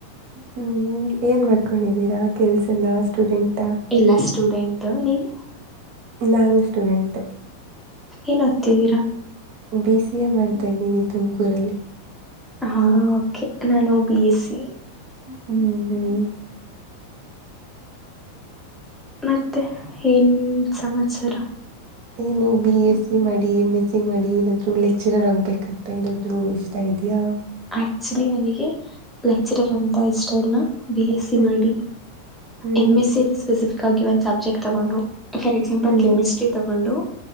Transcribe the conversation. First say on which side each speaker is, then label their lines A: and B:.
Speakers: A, on the right; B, in the centre.
A: ಹ್ಮ್ ಏನ್ ಮಾಡ್ಕೊಂಡಿದ್ದೀರಾ ಕೆಲ್ಸನ ಸ್ಟೂಡೆಂಟ್
B: ಎಲ್ಲಾ ಸ್ಟೂಡೆಂಟ್ ನೀವು
A: ನಾಾನು ಇಷ್ಟ್ಟುರೆಂಟ್
B: ಏನ್ ಹೊ್ತಿದ್ದೀರಾ
A: ಬಿ ಸಿ ಎ ಮಾಡ್ತಾ ಇದ್ದೀನಿ ತುಮಕೂರಲ್ಲಿ
B: ಹಾ ೆ ನಾನು ಬಿ ಎಸ್ ಸಿ
A: ಹ್ಮ್ ಹ್ಮ್
B: ಮತ್ತೆ ಏನ್ ಸಂಸಾರ
A: ಏನು ಬಿ ಎಸ್ ಸಿ ಮಾಡಿ ಎಮ್ ಎಸ್ ಸಿ ಮಾಡಿ ಏನಾದ್ರು ಲೆಕ್ಚರರ್ ಆಗ್ಬೇಕಂತ ಏನಾದ್ರು ಇಷ್ಟ ಆದೆ ಎ
B: ಆಕ್ಚುಲಿ ನನಗೆ ಲೆಕ್ಚರರ್ ಅಂತ ಇಷ್ಟ ಇಲ್ಲ ಬಿ ಎಸ್ಸ
A: ಹ್ಮ್
B: ಮಾಡಿ
A: ಹ್ಮ್
B: ಎಮ್ ಎಸ್ಸ ಸ್ಪೆಸಿಫಿಕ್ ಆಗಿ ಒಂದ್ ಸಬ್ಜೆಕ್ಟ್ ತಗೊಂಡು ಫಾರ್ ಎಕ್ಸಾಂಪಲ್
A: ಹ್ಮ್
B: ಕೆಮಿಸ್ಟ್ರಿ ತಗೊಂಡು